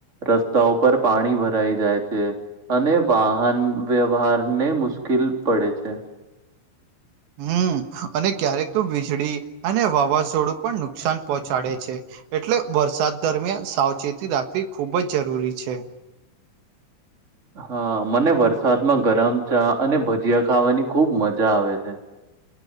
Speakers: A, on the right; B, on the right.
A: રસ્તાઓ ઉપર પાણી ભરાઈ જાય છે. અને વાહન વ્યવહાર ને મુશ્કિલ પડે છે.
B: હમ્મ અને ક્યારેક તો વીજળી અને વાવાઝોડું પણ નુકસાન પહોંચાડે છે. એટલે વરસાદ દરમિયાન સાવચેતી રાખવી ખૂબ જ જરૂરી છે.
A: હા મને વરસાદમાં ગરમ ચા અને ભજીયા ખાવાની ખુબ મજા આવે છે.